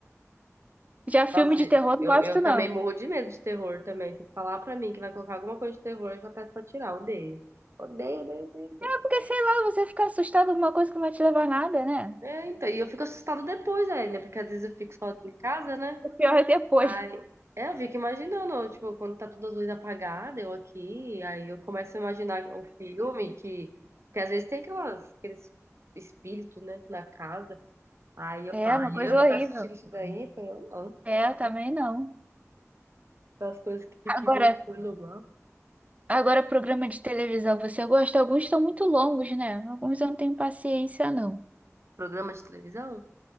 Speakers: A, on the right; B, on the right.
A: Já filme
B: Nossa,
A: de terror não
B: eu,
A: gosto,
B: eu também
A: não.
B: morro de medo de terror também. Se falar pra mim que vai colocar alguma coisa de terror, eu já peço pra tirar. Odeio. Odeio, odeio, odeio. odeio.
A: É porque, sei lá, você fica assustado com alguma coisa que não vai te levar a nada, né?
B: É, então, e eu fico assustada depois ainda, porque às vezes eu fico sozinha em casa, né?
A: O pior é depois.
B: Aí, é, eu fico imaginando, tipo, quando tá todas as luzes apagadas, eu aqui, aí eu começo a imaginar o filme que, que às vezes tem aquelas, aqueles espíritos, né, na casa. Aí eu
A: É,
B: falo,
A: uma
B: aí
A: coisa
B: eu ficar
A: horrível.
B: assistindo isso daí, eu falo, eu não,
A: É, eu também não.
B: aquelas coisas que ficam
A: Agora,
B: loucura lá.
A: Agora, programa de televisão, você gosta? Alguns estão muito longos, né? Alguns eu não tenho paciência, não.
B: Programa de televisão?